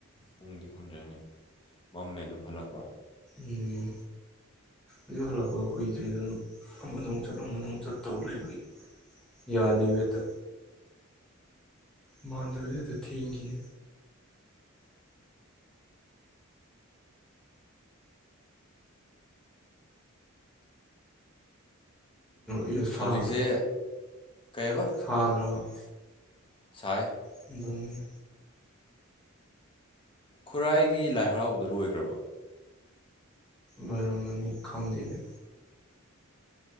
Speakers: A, on the left (about 25°); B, in the centre.
A: ꯄꯨꯡꯗꯤ ꯈꯪꯗ꯭ꯔꯦꯅꯤ ꯃꯝꯃꯦ ꯑꯗꯨꯝ ꯍꯜꯂꯛꯄ
B: ꯎꯝ ꯑꯗꯨ ꯍꯜꯂꯛꯄ ꯀꯨꯏꯗ꯭ꯔꯦꯗ ꯑꯗꯨꯝ ꯑꯃꯗꯪ ꯆꯠ ꯑꯃꯗꯧ ꯆꯠꯇꯧ ꯂꯩꯕꯒꯤ ꯌꯥꯗ ꯏꯕꯦ ꯇ ꯃꯥꯟꯗꯕꯤꯗꯗ ꯊꯦꯡꯈꯤꯅꯦ ꯏ꯭ꯔꯣ ꯁꯥꯗ꯭ꯔꯣ
A: ꯍꯧꯖꯤꯛꯁꯦ ꯀꯩꯕ
B: <unintelligible>
A: ꯁꯥꯏ
B: ꯑꯗꯨꯅꯤꯅ
A: ꯈꯨꯔꯥꯏꯒꯤ ꯂꯥꯏ ꯍꯔꯥꯎꯕꯗꯨ ꯂꯣꯏꯈ꯭ꯔꯕ?
B: ꯂꯣꯏꯔꯝꯃꯅꯤ ꯈꯪꯗꯦꯅꯦ꯫